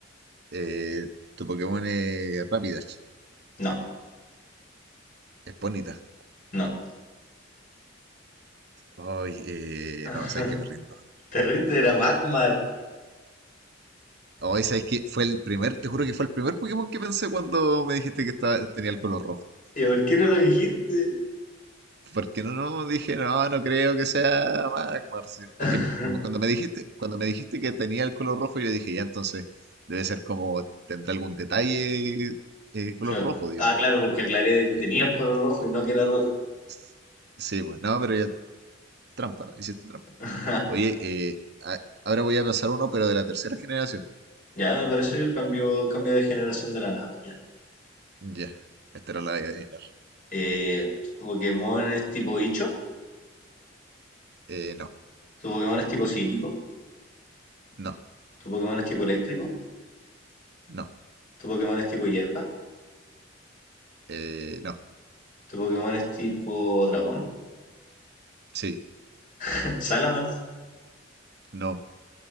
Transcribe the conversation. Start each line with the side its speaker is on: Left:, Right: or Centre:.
Right: Eh, ¿tu Pokémon es Rapidash?
Left: No,
Right: Es Ponyta.
Left: no.
Right: Ay, eh,
Left: <laughs>
Right: no, sabes que me rindo.
Left: Terrible era Magmar.
Right: Hoy, sabes que fue el primer, te juro que fue el primer Pokémon que pensé cuando me dijiste que estaba, tenía el color rojo.
Left: ¿Y por qué no lo dijiste?
Right: Porque no, no, dije, no, no creo que sea Magmar. Sí,
Left: <laughs>
Right: Es que cuando me dijiste, cuando me dijiste que tenía el color rojo, yo dije, ya, entonces debe ser como, tendrá algún detalle eh, color
Left: claro.
Right: rojo, digamos.
Left: Ah, claro, porque aclaré
Right: Sí.
Left: que tenía el color rojo y no que era rojo.
Right: S- Sí, pues no, pero ya, trampa, ¿no? Hiciste trampa.
Left: <laughs>
Right: Oye, eh, a- ahora voy a pensar uno, pero de la tercera generación.
Left: ya, me parece que el cambio, cambio de generación de la nada. Ya.
Right: Ya, esta era la de adivinar.
Left: Eh, ¿Tu Pokémon es tipo bicho?
Right: Eh, no.
Left: ¿Tu Pokémon es tipo psíquico?
Right: No,
Left: ¿Tu Pokémon es tipo eléctrico?
Right: no,
Left: ¿Tu Pokémon es tipo hierba?
Right: eh, no,
Left: ¿Tu Pokémon es tipo dragón?
Right: sí,
Left: <laughs> ¿Salamence?
Right: no,